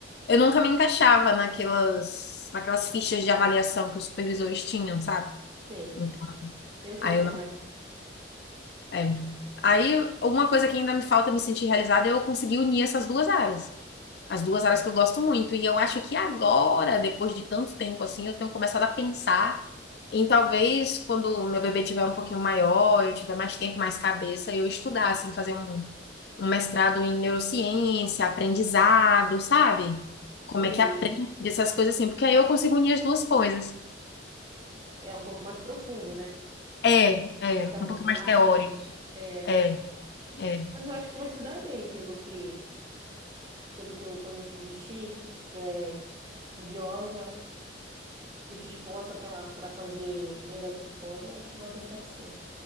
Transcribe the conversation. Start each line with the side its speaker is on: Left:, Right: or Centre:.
Left: eu nunca me encaixava naquelas, naquelas fichas de avaliação que os supervisores tinham, sabe?
Right: Sei,
Left: Então,
Right: eu sei
Left: Aí
Right: como
Left: eu
Right: é.
Left: é. Aí, uma coisa que ainda me falta me sentir realizada é eu conseguir unir essas duas áreas. As duas áreas que eu gosto muito. E eu acho que agora, depois de tanto tempo assim, eu tenho começado a pensar em talvez quando o meu bebê tiver um pouquinho maior, eu tiver mais tempo, mais cabeça, eu estudar, assim, fazer um, um mestrado em neurociência, aprendizado, sabe? Como
Right: Sei,
Left: é que aprende essas coisas assim, porque aí eu consigo unir as duas coisas.
Right: é um pouco mais profundo, né?
Left: É, é,
Right: Tu vai se
Left: um
Right: aprofundar
Left: pouco mais teórico.
Right: mais. é.
Left: É. é.
Right: Mas eu acho que tu vai se dar bem, pelo que, pelo que eu conheço de ti. Tu é estudiosa, tu te esforça para para fazer o melhor que tu pode. Eu acho que vai dar certo sim.